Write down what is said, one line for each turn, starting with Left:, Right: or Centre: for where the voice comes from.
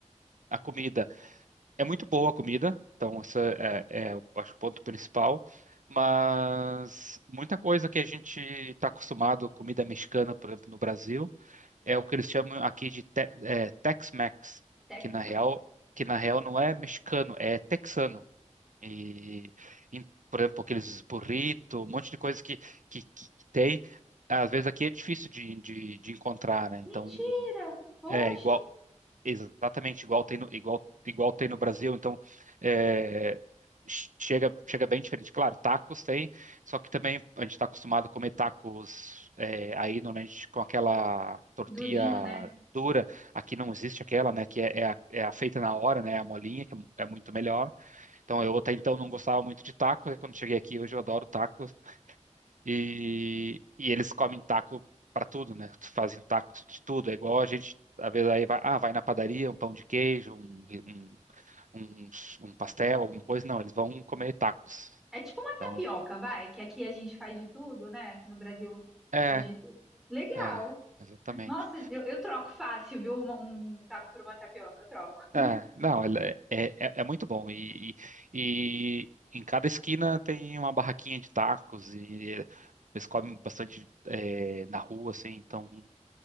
Right: a comida É muito boa a comida, então essa é, é, eu acho, o ponto principal. Mas muita coisa que a gente está acostumado, comida mexicana, por exemplo, no Brasil, é o que eles chamam aqui de te- é, Tex-Mex,
Centre: Tex-Mex.
Right: que na real, que na real não é mexicano, é texano. E, em- por exemplo, aqueles burrito, um monte de coisa que, que, que que tem. Às vezes aqui é difícil de, de, de encontrar, né? Então,
Centre: Mentira! Poxa,
Right: é igual. Exatamente, igual tem no, igual, igual tem no Brasil, então é, chega, chega bem diferente. Claro, tacos tem, só que também a gente está acostumado a comer tacos é, aí normalmente com aquela tortilha
Centre: durinho, né?
Right: dura, aqui não existe aquela, né, que é, é a, é a feita na hora, né, é a molinha, que é é muito melhor. Então eu até então não gostava muito de tacos, e quando cheguei aqui hoje eu adoro tacos, e, e eles comem taco para tudo, né? Fazem tacos de tudo. É igual a gente, às vezes, aí vai, ah, vai na padaria, um pão de queijo, um, um, um, um pastel, alguma coisa. Não, eles vão comer tacos.
Centre: É tipo uma
Right: Então,
Centre: tapioca, vai, que aqui a gente faz de tudo, né? Aqui no Brasil
Right: é,
Centre: faz de tudo. Legal.
Right: é, exatamente.
Centre: Nossa, eu, eu troco fácil, viu? Uma- Um, taco por uma tapioca, eu troco.
Right: É, não, ela é, é, é é muito bom. E, e, e em cada esquina tem uma barraquinha de tacos e eles comem bastante é, na rua, assim. Então,